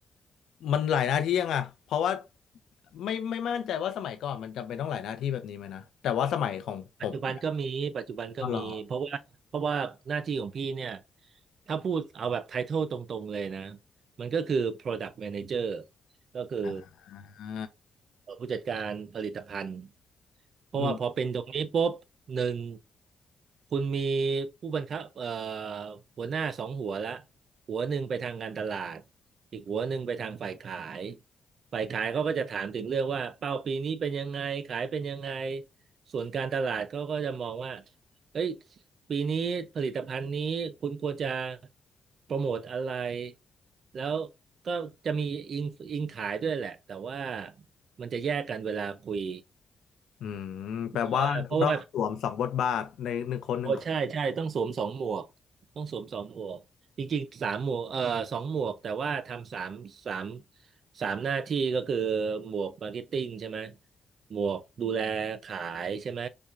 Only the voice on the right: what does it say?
ปัจจุบันก็มี ปัจจุบันก็มีเพราะว่าเพราะว่าหน้าที่ของพี่เนี่ย
ถ้าพูดเอาแบบไททลตรงๆเลยนะ มันก็คือ Product Manager ก็คือ
ผู้จัดการผลิตภัณฑ์ เพราะว่าพอเป็นตรงนี้ปุ๊บหนึ่ง
คุณมีผู้บังคับเอ่อหัวหน้าสองหัวละหัวหนึ่งไปทางการตลาดอีกหัวหนึ่งไปทางฝ่ายขายฝ่ายขายเขาก็จะถามถึงเรื่องว่าเป้าปีนี้เป็นยังไงขายเป็นยังไงส่วนการตลาดเขาก็จะมองว่าเอ้ยปีนี้ผลิตภัณฑ์นี้คุณควรจะโปรโมทอะไรแล้วก็จะมีอิงอิงขายด้วยแหละแต่ว่ามันจะแยกกันเวลาคุย
เพราะว่าเพราะว่า โอ้ใช่ใช่ต้องสวมสองหมวกต้องสวมสองหมวกจริงๆสามหมวกเอ่อสองหมวกแต่ว่าทำสามสามสามหน้าที่ก็คือหมวกมาร์เก็ตติ้งใช่ไหมหมวกดูแลขายใช่ไหม